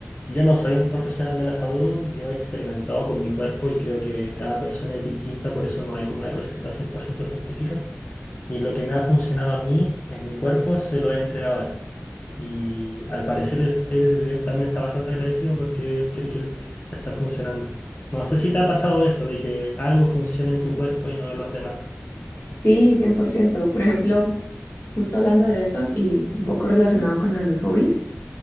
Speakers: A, on the left (about 40°); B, on the left (about 75°).
A: Yo no soy un profesional de la salud, yo he experimentado con mi cuerpo y creo que cada persona es distinta, por eso no hay como una receta 100% científica. Y lo que me ha funcionado a mí en mi cuerpo se lo he entregado a él. Y al parecer él, él- él también está bastante agradecido porque él cree que él le está funcionando. No sé si te ha pasado eso, de que algo funcione en tu cuerpo y no en los demás.
B: Sí, 100%. Por ciento. Por ejemplo, justo hablando de eso y un poco relacionado con lo de los hobbies,